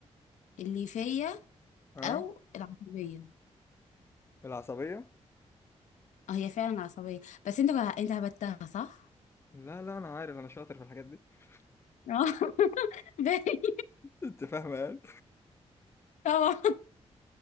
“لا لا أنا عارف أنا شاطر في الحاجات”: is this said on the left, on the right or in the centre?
Left